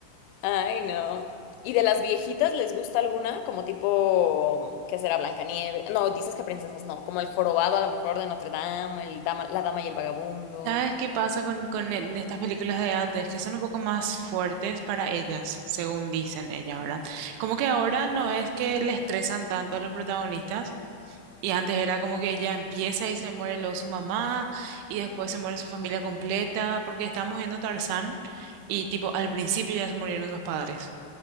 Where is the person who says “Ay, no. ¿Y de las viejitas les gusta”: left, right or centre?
Left